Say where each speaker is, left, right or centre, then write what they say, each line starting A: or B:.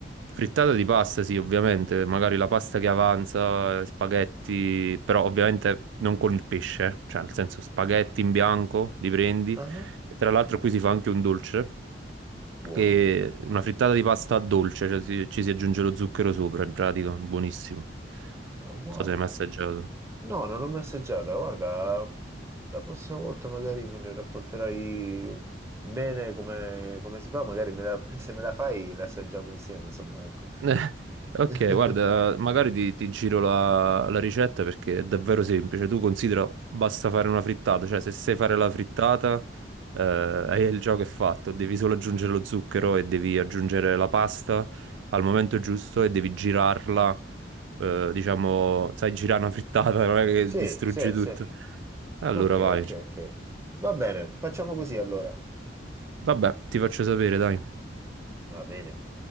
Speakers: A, on the right; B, on the right.
A: Frittata di pasta, sì, ovviamente, magari la pasta che avanza, eh, spaghetti, però ovviamente non con il pesce, eh. cioè nel senso spaghetti in bianco, li prendi.
B: Ah.
A: Tra l'altro qui si fa anche un dolce,
B: Buono.
A: che è una frittata di pasta dolce, cioè si- ci si aggiunge lo zucchero sopra, in pratica, buonissimo. Non
B: Wow.
A: so se l'hai mai assaggiato.
B: No, non l'ho mai assaggiata. Guarda, la prossima volta magari me ne racconterai bene come, come si fa. Magari me la- <laughs> se me la fai, la assaggiamo insieme. Insomma, ecco.
A: Eh, Ok,
B: <laughs>
A: guarda, magari ti, ti giro la, la ricetta perché è davvero semplice. Tu considera, basta fare una frittata, cioè se sai fare la frittata, eh, hai- il gioco è fatto, devi solo aggiungere lo zucchero e devi aggiungere la pasta al momento giusto e devi girarla, eh, diciamo, sai girare una frittata, non è che
B: Sì,
A: distruggi
B: sì,
A: tutto.
B: sì.
A: Allora
B: Ok,
A: vai.
B: ok, ok. Va bene, facciamo così allora.
A: Vabbè, ti faccio sapere, dai.
B: Va bene.